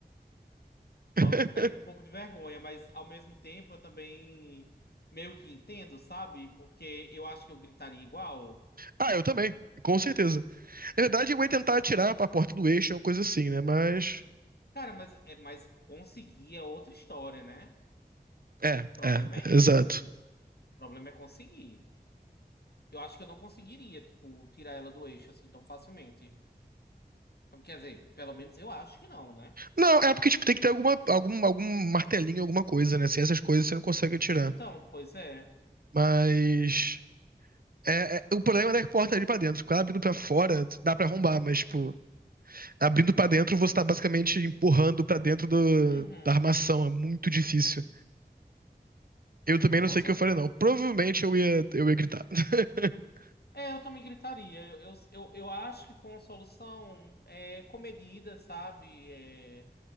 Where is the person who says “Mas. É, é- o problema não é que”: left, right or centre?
Right